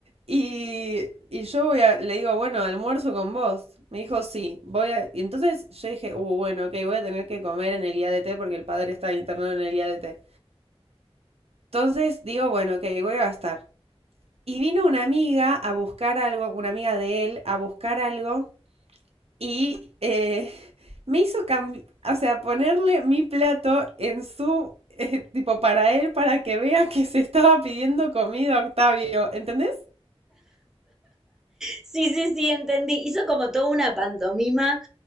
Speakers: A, on the right; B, in the centre.
A: y, y yo voy a, le digo, bueno, almuerzo con vos. Me dijo, sí, voy a... Y entonces yo dije, uh, bueno, ok, voy a tener que comer en el IADT porque el padre está internado en el IADT. Entonces digo, bueno, ok, voy a gastar. Y vino una amiga a buscar algo, una amiga de él, a buscar algo y eh, me hizo cambiar, o sea, ponerle mi plato en su, eh, tipo, para él, para que vea que se estaba pidiendo comida, Octavio, ¿entendés?
B: Sí, sí, sí, entendí. Hizo como toda una pantomima,